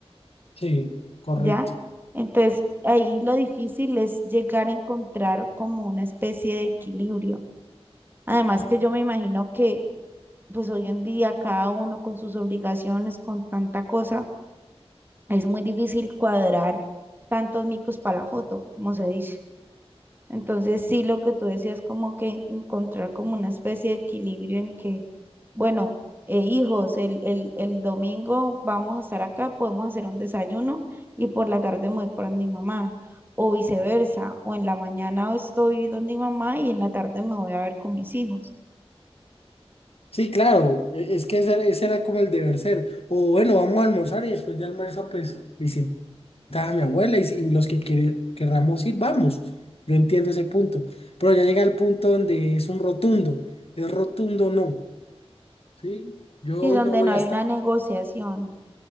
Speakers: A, on the left (about 65°); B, on the right (about 20°).
A: Sí, correcto.
B: ¿ya? Entonces, ahí lo difícil es llegar a encontrar como una especie de equilibrio. Además que yo me imagino que pues hoy en día cada uno con sus obligaciones, con tanta cosa, es muy difícil cuadrar tantos micos para la foto, como se dice. Entonces, sí, lo que tú decías, como que encontrar como una especie de equilibrio en que, bueno, eh, hijos, el, el, el domingo vamos a estar acá, podemos hacer un desayuno y por la tarde me voy por mi mamá, o viceversa, o en la mañana estoy donde mi mamá y en la tarde me voy a ver con mis hijos.
A: Sí, claro, e- es que ese, era ese era como el deber ser. O bueno, vamos a almorzar y después de almuerzo, pues visitar a mi abuela y, si- y los que quiere- querramos ir, vamos. Yo entiendo ese punto. Pero ya llega el punto donde es un rotundo. Es rotundo, no. ¿Sí? Yo
B: Sí,
A: hoy
B: donde
A: no voy
B: no hay
A: a estar.
B: una negociación.